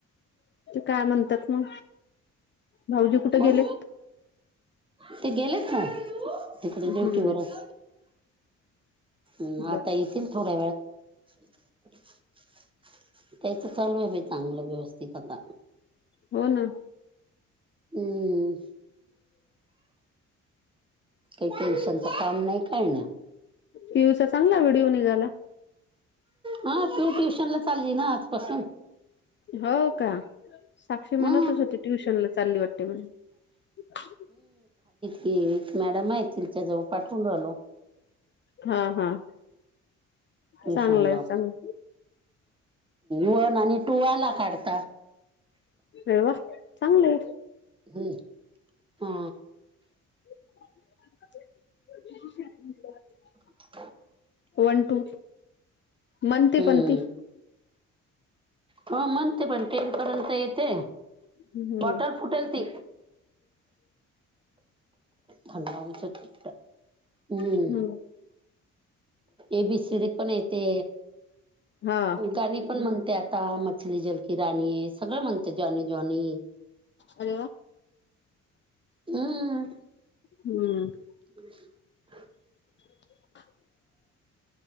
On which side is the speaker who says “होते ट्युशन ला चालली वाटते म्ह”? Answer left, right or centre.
Left